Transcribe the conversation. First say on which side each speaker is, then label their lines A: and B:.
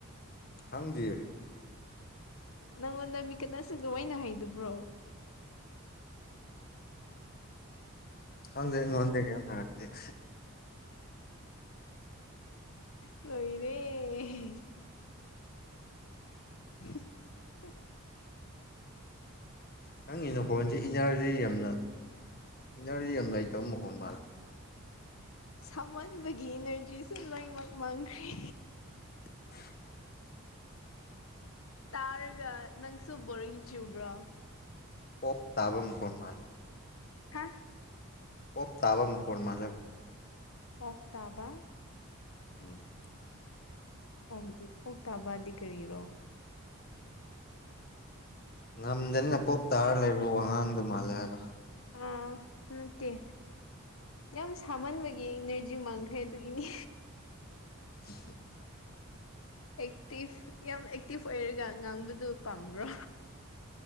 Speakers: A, on the left (about 45°); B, on the left (about 70°).
A: ꯈꯪꯗꯦ
B: ꯅꯪꯉꯣꯟꯗ ꯃꯤꯀꯠ ꯑꯁꯤꯗ ꯑꯣꯏꯅ ꯍꯥꯏꯗꯕ꯭ꯔꯣ
A: ꯈꯪꯗꯦ ꯑꯩꯉꫭꯟꯗ ꯀꯩꯝ ꯍꯥꯏꯔꯛꯇꯦ
B: ꯂꯣꯏꯔꯦ <inaudible>
A: ꯅꯪꯉꯤꯅ ꯍꯣꯟꯁꯦ ꯏꯅꯔꯖꯤ ꯌꯥꯝꯅ ꯏꯅꯔꯖꯤ ꯌꯥꯝ ꯂꯩꯇꯕ ꯃꯈꯣꯟꯜ ꯃꯥꯜꯂꯦ
B: ꯁꯥꯃꯟꯕꯒꯤ ꯏꯅꯔꯖꯤꯁꯨ ꯂꯪꯃꯛ ꯃꯥꯡꯈ꯭ꯔꯦ
A: <inaudible>
B: ꯇꯥꯔꯒ ꯅꯪꯁꯨ ꯕꯣꯔꯤꯡ ꯆꯨꯕ꯭ꯔꯣ
A: ꯄꯣꯞ ꯇꯥꯕ ꯃꯈꯣꯟ
B: ꯍꯥ
A: ꯑꯣꯞ ꯇꯥꯕ ꯃꯈꯣꯟ ꯃꯥꯂꯞ
B: ꯑꯣꯛ ꯇꯥꯕ
A: ꯎꯝ
B: ꯑꯣꯗꯤ ꯑꯣ ꯇꯕꯥꯗꯤ ꯀꯔꯤꯔꯣ
A: ꯉꯝꯗꯅꯤꯅ ꯄꯣꯞ ꯇꯥꯔ ꯂꯩꯕ꯭ꯔꯣ ꯋꯥꯉꯥꯡꯗꯣ ꯃꯥꯜꯂꯦ ꯍꯥꯏꯕ
B: ꯑꯥ ꯃꯠꯇꯦ ꯌꯥꯝ ꯁꯥꯍꯟꯕꯒꯤ ꯏꯅꯔꯖꯤ ꯃꯥꯡꯈ꯭ꯔꯦ ꯑꯗꯨꯒꯤꯅꯤ
A: <inaudible>
B: ꯑꯦꯛꯇꯤꯚ ꯌꯥꯝ ꯑꯦꯛꯇꯤꯚ ꯑꯣꯏꯔꯒ ꯉꯥꯡꯕꯗꯨ ꯄꯥꯝꯕ꯭ꯔꯣ